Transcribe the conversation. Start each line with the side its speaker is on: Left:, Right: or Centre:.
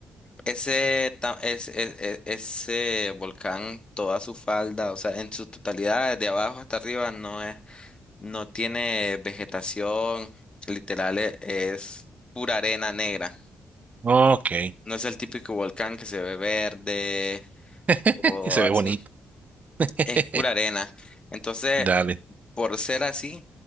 Left: ese, ta- es- es- es- ese volcán, toda su falda, o sea, en su totalidad, de abajo hasta arriba, no es, no tiene vegetación, literal e- es pura arena negra.
Right: ok.
Left: No es el típico volcán que se ve verde
Right: <laughs>
Left: o
Right: Que se
Left: así.
Right: ve bonito. <laughs>
Left: es pura arena. Entonces,
Right: Dale.
Left: por ser así,